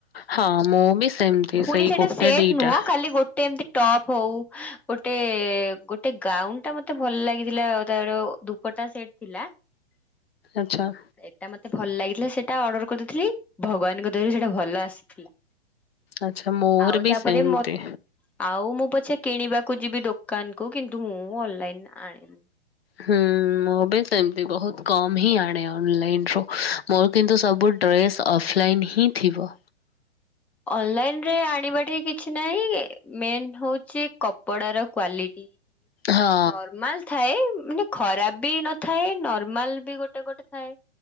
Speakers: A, on the left (about 60°); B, in the centre.
A: ହଁ ମୁଁ ବି ସେମିତି
B: ପୁଣି
A: ସେଇ
B: ସେଇଟା
A: ଗୋଟେ
B: ସେଟ୍
A: ଦିଟା।
B: ନୁହଁ ଖାଲି ଗୋଟେ ଏମତି ଟପ୍ ହଉ ଗୋଟେ ଗୋଟେ ଗାଉନ ଟା ମତେ ଭଲ ଲାଗିଥିଲା ତାର ଦୁପଟା ସେଟ୍ ଥିଲା।
A: ଆଚ୍ଛା।
B: ସେଇଟା ମତେ ଭଲ ଲାଗିଥିଲା ସେଇଟା ଅର୍ଡର କରିଦେଇଥିଲି ଭଗବାନଙ୍କ ଦୟାରୁ ସେଇଟା ଭଲ ଆସିଥିଲା।
A: ଆଚ୍ଛା ମୋର
B: ଆଉ
A: ବି
B: ତାପରେ
A: ସେମିତି।
B: ମ ଆଉ ମୁଁ ପଛେ କିଣିବାକୁ ଯିବି ଦୋକାନ କୁ କିନ୍ତୁ ମୁଁ ଅନଲାଇନ ଆଣିନି।
A: ହୁଁ ମୁଁ ବି ସେମତି ବହୁତ କମ୍ ହିଁ ଆଣେ ଅନଲାଇନ ରୁ ମୋ କିନ୍ତୁ ସବୁ ଡ୍ରେସ୍ ଅଫଲାଇନ୍ ହିଁ ଥିବ।
B: ଅନଲାଇନ ରେ ଆଣିବାଦଠେଇ କିଛି ନାହିଁ ମେନ୍ ହଉଛି କପଡାର କ୍ଵାଲିଟି।
A: ହଁ
B: ନର୍ମାଲ ଥାଏ ମାନେ ଖରାପ ବି ନଥାଏ ନର୍ମାଲ ବି ଗୋଟେ ଗୋଟେ ଥାଏ।